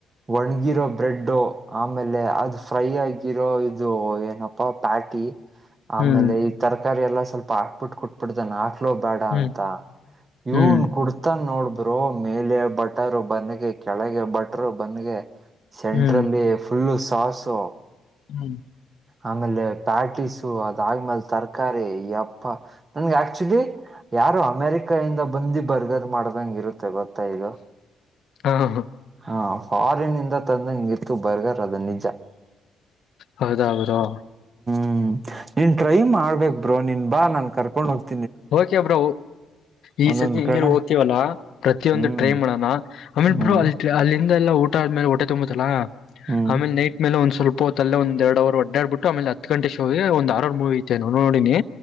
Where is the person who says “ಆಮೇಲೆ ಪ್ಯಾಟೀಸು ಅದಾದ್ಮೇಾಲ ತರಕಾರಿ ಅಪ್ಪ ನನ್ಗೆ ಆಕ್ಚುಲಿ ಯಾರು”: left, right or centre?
Right